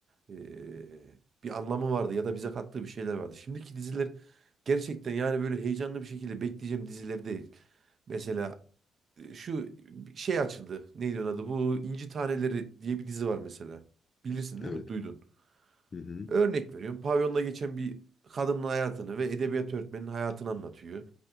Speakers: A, on the right (about 45°); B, on the left (about 40°).
A: Ee, bir anlamı vardı ya da bize kattığı bir şeyler vardı. Şimdiki diziler gerçekten yani böyle heyecanlı bir şekilde bekleyeceğim diziler değil. Mesela e, şu şey açıldı. Neydi onun adı? Bu İnci Taneleri diye bir dizi var mesela. Bilirsin
B: Evet.
A: değil mi? Duydun.
B: Hı hı.
A: Örnek veriyorum. Pavyonda geçen bir kadının hayatını ve edebiyat öğretmeninin hayatını anlatıyor.